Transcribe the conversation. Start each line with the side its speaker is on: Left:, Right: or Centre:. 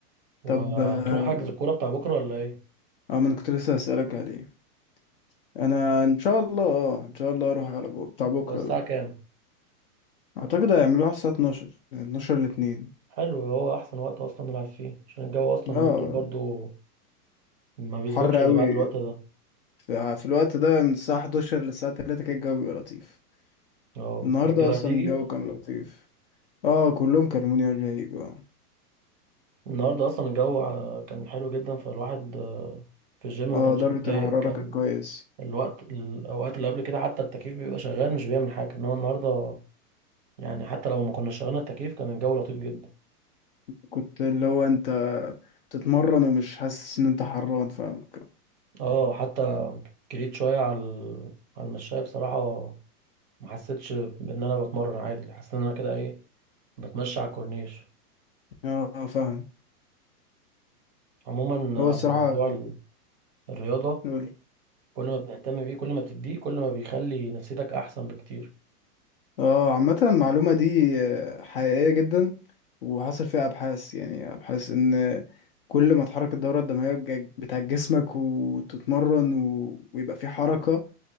Right: وهتروح
Left: طب اه
Right: حجز الكورة بتاع بكرة ولا إيه؟
Left: آه، ما انا كنت لسه هسألك عليه انا ان شاء الله اه ان شاء الله اروح على بو- بتاع بكره
Right: هو الساعة
Left: ده
Right: كام؟
Left: اعتقد هيعملوها على الساعه 12 من 12 ل 2
Right: حلو هو أحسن وقت أصلا نلعب فيه عشان الجو أصلا
Left: اه
Right: اليومين دول برضو ما بيظبطش
Left: حر
Right: إلا
Left: قوي
Right: بعد الوقت ده
Left: في, في الوقت ده من الساعه 11 للساعه 3 كان الجو بيبقى لطيف
Right: اه
Left: النهارده
Right: الرجالة
Left: اصلا
Right: هتيجي
Left: الجو كان لطيف اه كلهم كلموني قبل ما يجوا
Right: النهاردة أصلا الجو ع- كان حلو جدا فالواحد آه، في الجيم
Left: اه
Right: ما كانش
Left: درجه
Right: بيتضايق
Left: الحراره
Right: كان
Left: كانت كويس
Right: الوقت الأوقات اللي قبل كده حتى التكييف بيبقى شغال مش بيعمل حاجة إنما النهاردة يعني حتى لو ما كنا شغلنا التكييف كان الجو لطيف جدا
Left: كنت اللي هو انت تتمرن ومش حاسس ان انت حران فاهمك
Right: اه حتى جريت شوية على ال- على المشاية بصراحة ما حسيتش بإن أنا بتمرن عادي حسيت إن أنا كده إيه بتمشى على الكورنيش
Left: اه فاهم
Right: عموما
Left: هو
Right: آه،
Left: الصراحة
Right: موضوع ال- الرياضة
Left: نقول
Right: كل ما بنهتم بيه كل ما بتديه كل ما بيخلي نفسيتك أحسن بكتير
Left: اه عامة المعلومة دي آه، حقيقية جدا وحصل فيها ابحاث يعني ابحاث ان كل ما تحرك الدورة الدموية بج- بتاعت جسمك وتتمرن و... ويبقى في حركة